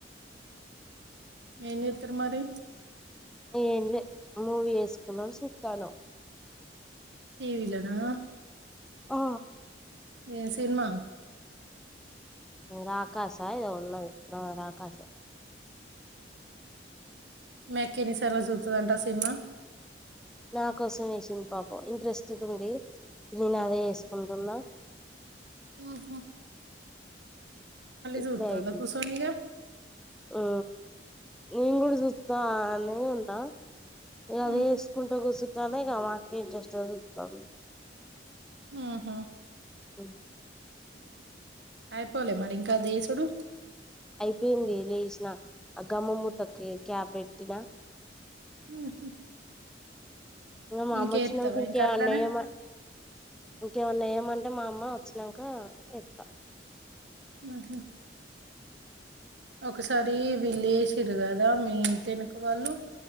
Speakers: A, on the right (about 70°); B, in the centre.
A: ఏం చెత్తరు మరి.
B: ఏం లే మూవీ వేసుకున్నం చూత్తనామ్.
A: టీవీ లో నా.
B: ఆ.
A: ఏ సినిమా.
B: రాకాశా ఇదొ ఉన్నది ఆ రాకాశ.
A: మి అక్కా ఎన్ని సార్లు చుస్తుండంట సిమా.
B: నా కోసం వేసింది పాపం ఇంట్రెస్ట్ ఉంది నేను అదే వేసుకుంటున్నా.
A: ఊహు.
B: ఇప్పుడ
A: చూత్తందా
B: ఐపి
A: కూసోని ఇగ
B: ఆ. నేను కూడా చూస్తా నే ఉన్నా ఇగ
A: ఉహు
B: వేస్. చకుంటూ కూర్చుంటాల ఇక మాకి ఇంట్రెస్ట్ చూస్తాం.
A: ఊహు.
B: అ
A: అయిపోలే మరి ఇంకా దిసుడు.
B: అయిపోయింది లేసిన ఆ గమ్మ మూతకి క్యాబ్ పెట్టినా.
A: ఊహు.
B: ఇంకా మామ
A: ఇంకేత్తవా
B: వచ్చినకు ఇంకే
A: ఇంకా అట్లనే
B: అన్నయ్యమా. ఇంకేమన్నా ఏయమంటే మా అమ్మ వచ్చినాక ఇస్తా.
A: ఆహ. ఒకసారి వెళ్లే సిరు కదా మీ ఇంటి ఎనక వాళ్ళు.